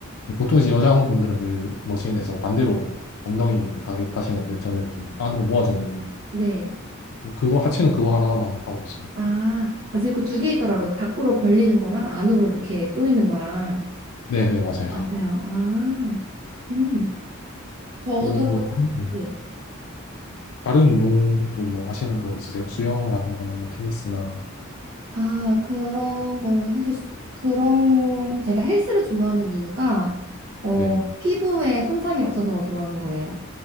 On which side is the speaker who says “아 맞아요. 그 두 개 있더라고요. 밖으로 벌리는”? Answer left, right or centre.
Right